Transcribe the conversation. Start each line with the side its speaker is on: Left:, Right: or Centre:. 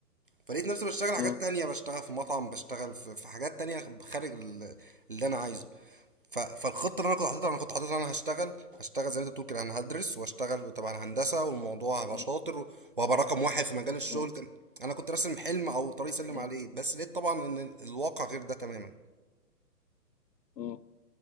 Right: فلقيت نفسي بشتغل
Left: مم.
Right: حاجات تانية بشتغل في مطعم بشتغل في, في حاجات تانية خارج ال- اللي انا عايزه ف- فالخطة اللي انا كنت حاططها انا كنت حاططها انا هشتغل هشتغل زي ما انت بتقول كده انا هدرس واشتغل تبع الهندسة والموضوع هبقى
Left: مم.
Right: شاطر وهبقى رقم واحد في مجال الشغل
Left: مم.
Right: كان انا كنت راسم حلم او طريق سلم
Left: مم.
Right: عليه بس لقيت طبعا ان الواقع غير ده تماما
Left: مم.